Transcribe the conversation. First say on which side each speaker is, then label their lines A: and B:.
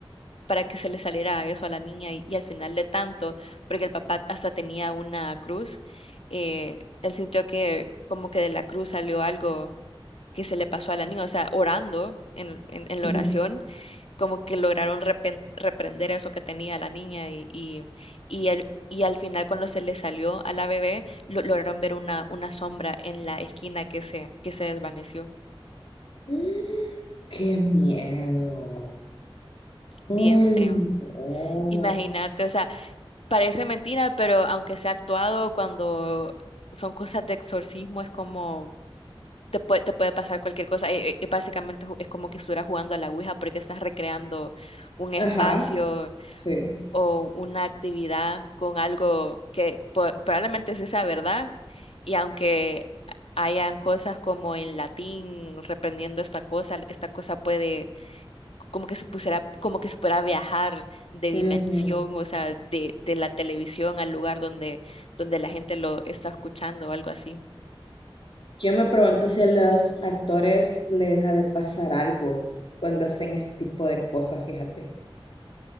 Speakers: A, on the left; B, on the left.
A: para que se le saliera eso a la niña y, y al final de tanto, porque el papá hasta tenía una cruz, eh, él sintió que como que de la cruz salió algo que se le pasó a la niña, o sea, orando en, en en la
B: ujú.
A: oración como que lograron repen- reprender eso que tenía la niña y, y, y, al- y al final cuando se le salió a la bebé, lo- lograron ver una, una sombra en la esquina que se, que se desvaneció.
B: <gasps> ¡Qué miedo!
A: Bien
B: Ay,
A: feo.
B: no.
A: Imagínate, o sea, parece mentira, pero aunque sea actuado, cuando son cosas de exorcismo, es como... Te puede, te puede pasar cualquier cosa. Eh, eh, básicamente ju- es como que estuvieras jugando a la Ouija porque estás recreando un espacio.
B: Ajá, sí.
A: o una actividad con algo que po- probablemente sí sea verdad, y aunque hayan cosas como en latín reprendiendo esta cosa, esta cosa puede como que se pusiera, como que se pudiera viajar de
B: Ujú.
A: dimensión, o sea, de, de la televisión al lugar donde, donde la gente lo está escuchando o algo así.
B: Yo me pregunto si a los actores les ha de pasar algo cuando hacen este tipo de cosas, fíjate.